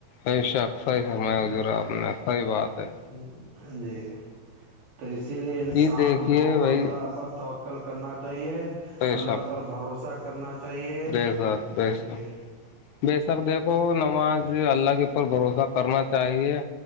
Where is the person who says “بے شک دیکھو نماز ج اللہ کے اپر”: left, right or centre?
Left